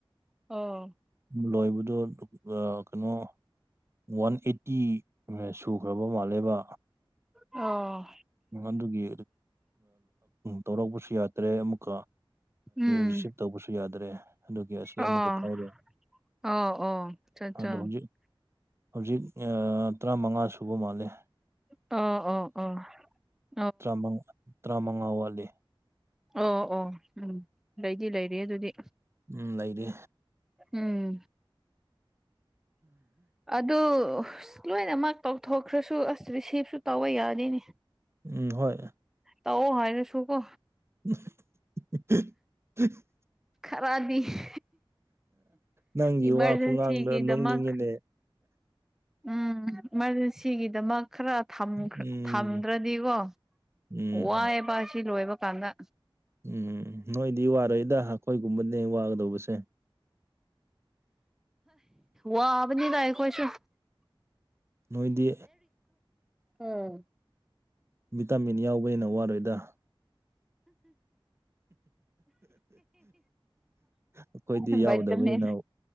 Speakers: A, in the centre; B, on the right (about 30°).
A: ꯑꯣ
B: ꯂꯣꯏꯕꯗꯣ ꯀꯩꯅꯣ ꯋꯥꯟ ꯑꯩꯠꯇꯤ ꯁꯨꯈ꯭ꯔꯕ ꯃꯥꯜꯂꯦꯕ
A: ꯑ <unintelligible> <inaudible>
B: ꯑꯗꯨꯒꯤ ꯇꯧꯔꯛꯄꯁꯨ ꯌꯥꯗ꯭ꯔꯦ ꯑꯃꯨꯛꯀ
A: ꯎꯝ
B: ꯔꯤꯁꯤꯞ ꯇꯧꯕꯁꯨ ꯌꯥꯗ꯭ꯔꯦ ꯑꯗꯨꯒꯤ ꯑꯁꯤ
A: ꯑꯣ
B: ꯑꯃꯨꯛꯀ ꯄꯥꯏꯔꯦ
A: ꯑꯣ ꯑꯣ ꯑꯆꯥ ꯑꯠꯆꯥ
B: ꯑꯗꯣ
A: <inaudible> <unintelligible>
B: ꯍꯧꯖꯤꯛ ꯍꯧꯖꯤꯛ ꯇꯔꯥꯃꯉꯥ ꯁꯨꯕ ꯃꯥꯜꯂꯦ
A: ꯑꯣ ꯑꯣ ꯑꯣ <unintelligible> <inaudible>
B: ꯇꯥꯃꯉꯥ ꯇꯔꯥꯃꯉꯥ ꯋꯥꯠꯂꯤ
A: ꯑꯣ ꯑꯣ ꯎꯝ ꯂꯩꯗꯤ ꯂꯩꯔꯤ ꯑꯗꯨꯗꯤ
B: ꯎꯝ ꯂꯩꯔꯤ
A: ꯎꯝ ꯑꯗ ꯂꯣꯏꯅꯃꯛ ꯇꯧꯊꯣꯛꯈ꯭ꯔꯁꯨ ꯑꯁ ꯔꯤꯁꯤꯞꯁꯨ ꯇꯧꯕ ꯌꯥꯅꯤꯅꯦ
B: ꯎꯝ ꯍꯣꯏ
A: ꯇꯧ ꯍꯥꯏꯅꯦ ꯁꯨ ꯀꯣ
B: ꯎ <unintelligible> <inaudible>
A: ꯈꯔꯗꯤ
B: ꯅꯪꯒꯤ
A: ꯏꯃꯥꯔꯖꯦꯟꯁꯤꯒꯤꯗꯃꯛ
B: ꯋꯥ ꯈꯨꯡꯒꯥꯡꯗꯣ ꯅꯣꯡꯅꯤꯡꯉꯤꯅꯦ
A: ꯎꯝ ꯏꯃꯥꯔꯖꯦꯟꯁꯤꯒꯤꯗꯃꯛ ꯈꯔ
B: ꯎꯝ
A: ꯊꯝꯗ꯭ꯔꯗꯤꯀꯣ
B: ꯎꯝ
A: ꯋꯥꯑꯕ ꯁꯤ ꯂꯣꯏꯕ ꯀꯥꯟꯗ
B: ꯎꯝ ꯅꯣꯏꯗꯤ ꯋꯥꯔꯣꯏꯗ ꯑꯩꯈꯣꯏꯒꯨꯝꯕꯅꯦ ꯋꯥꯒꯗꯧꯕꯁꯦ
A: ꯋꯥꯕꯅꯤ ꯂꯥꯛꯑ ꯈꯨꯁ
B: ꯅꯣꯏꯗꯤ
A: ꯎꯝ <inaudible> <unintelligible>
B: ꯚꯤꯇꯥꯃꯤꯟ ꯌꯥꯎꯕꯅ ꯋꯥꯔꯣꯏꯗ ꯑꯩꯈꯣꯏꯗꯤ
A: <unintelligible>
B: ꯌꯥꯎꯗꯕꯅꯤꯅ
A: ꯏꯇꯃꯦ